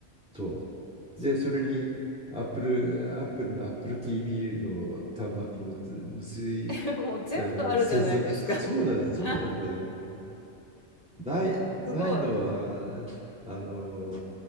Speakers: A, in the centre; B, on the left (about 35°).
A: そう。
B: そっか。
A: で、それに Apple、Apple の Apple TV の端末も結び、
B: <laughs> もう全部あるじゃないですか。
A: あの接続し、そうなんだ、そうなんだよ。
B: <laughs>
A: もうない、
B: すごい。
A: ないのは、あの、